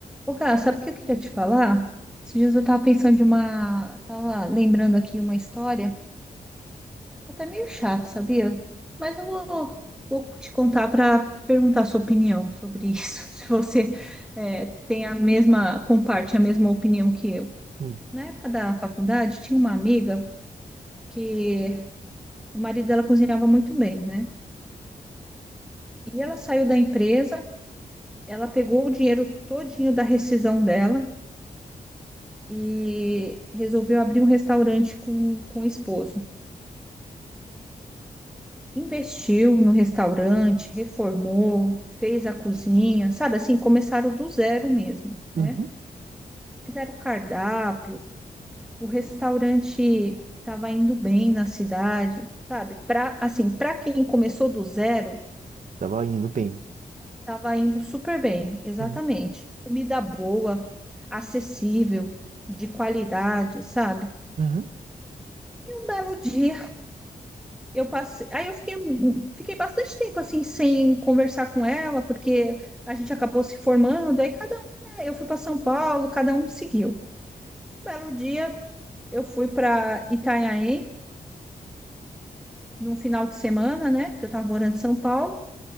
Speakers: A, in the centre; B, on the right.
A: Ô, Gá, sabe o que eu queria te falar? Esses dias eu estava pensando de uma. Tava lembrando aqui uma história, até meio chato, sabia? Mas eu vou, vou te contar para perguntar a sua opinião sobre isso, <laughs> se você é, tem a mesma, comparte a mesma opinião que eu.
B: Hum,
A: Na época da faculdade, tinha uma amiga que o marido dela cozinhava muito bem, né? E ela saiu da empresa, ela pegou o dinheiro todinho da rescisão dela e resolveu abrir um restaurante com, com o esposo. Investiu no restaurante, reformou, fez a cozinha, sabe assim, começaram do zero mesmo,
B: uhum.
A: né? Fizeram o cardápio, o restaurante estava indo bem na cidade, sabe? Para assim, para quem começou do zero,
B: Tava indo bem.
A: estava indo super bem, exatamente.
B: Uhum,
A: Comida boa, acessível, de qualidade, sabe?
B: uhum,
A: E um belo dia Eu passei, aí eu fiquei, um, um, fiquei bastante tempo assim sem conversar com ela, porque a gente acabou se formando, aí cada um, né, eu fui para São Paulo, cada um seguiu. Um Belo dia, eu fui para Itanhaém num final de semana, né, que eu estava morando em São Paulo.